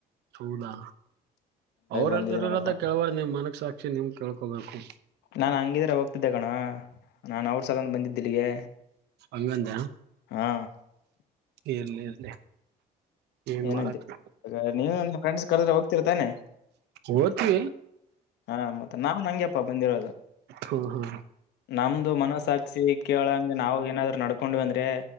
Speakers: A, on the right; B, on the left.
A: ಹೌದಾ ಅವರು
B: ಬಂದಿದ್
A: ಹೇಳ್ತಿಲತ
B: ನೋಡಪ್ಪಾ
A: ಕೇಳಬಾರ ನಿಮ್ ಮನಕ್ ಸಾಕ್ಷಿ ನಿಮ್ ಕೇಳ್ಕೊಬೇಕು
B: ನಾನ್ ಹಂಗಿದ್ರೆ ಹೋಗ್ತಿದ್ದೆ ಕಣ ನಾನ್ ಅವ್ರ ಸಲಾವಾಗಿ ಬಂದಿದ್ದು ಇಲ್ಲಿಗೆ
A: ಅಂಗಂದ
B: ಹಾ
A: ಇರ್ಲಿ ಇರ್ಲಿ ಏನ್
B: ಏನಂತೆ
A: ಮಾಡರ
B: ನೀವು ನಿಮ್ ಫ್ರೆಂಡ್ಸ್ ಕರೆದ್ರೆ ಹೋಗ್ತಿರ್ತಾನೆ
A: ಒಯ್ತಿ
B: ಹಾ ಮತ್ತೆ ನಾವ್ ಹಂಗೆಪ್ಪಾ ಬಂದಿರೋದು
A: ಹ್ಮ್ ಹ್ಮ್
B: ನಮ್ದು ಮನಸ್ಸಕ ಸ ಕೇಳಂಗಗೆ ನಾವು ಏನಾದ್ರು ನಡ್ಕೊಂಡ್ವಿ ಅಂದ್ರೆ